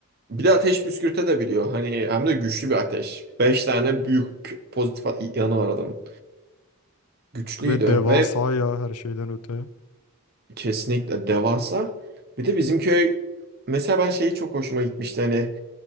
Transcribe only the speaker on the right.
bir de ateş püskürte de biliyor. Hani hem de güçlü bir ateş. Beş tane büyük pozitif a- yanı var adamın. Güçlüydü
ve
kesinlikle devasa. Bir de bizim köy mesela ben şeyi çok hoşuma gitmişti hani